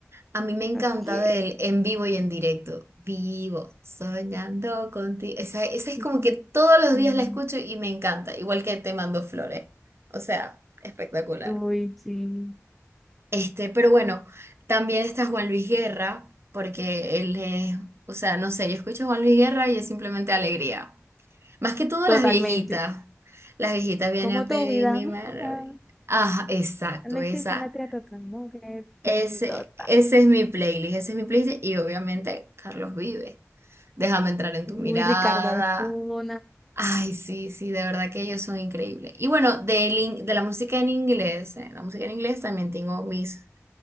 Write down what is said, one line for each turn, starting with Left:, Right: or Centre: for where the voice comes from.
Right: A mí me encanta
Centre: así es.
Right: de él en vivo y en directo. Vivo, soñando contigo. Esa, esa es
Centre: Ujú,
Right: como que todos los
Centre: Sí.
Right: días la escucho y me encanta, igual que Te mando flores. O sea, espectacular.
Centre: Uy, sí,
Right: Este, pero bueno, también está Juan Luis Guerra, porque él es, o sea, no sé, yo escucho a Juan Luis Guerra y es simplemente alegría. Más que todo
Centre: totalmente.
Right: las viejitas. Las viejitas vienen
Centre: Como
Right: a pedir
Centre: tu vida
Right: mi
Centre: mía,
Right: mano. Ah, exacto,
Centre: no existe
Right: esa.
Centre: en la tierra otra mujer.
Right: Ese,
Centre: Sí, total.
Right: ese es mi playlist, ese es mi playlist. Y obviamente Carlos Vive. Déjame entrar en tu
Centre: Uy,
Right: mirada.
Centre: Ricardo Arjona.
Right: Ay, sí, sí, de verdad que ellos son increíbles. Y bueno, del in- de, la música en inglés, eh, la música en inglés también tengo mis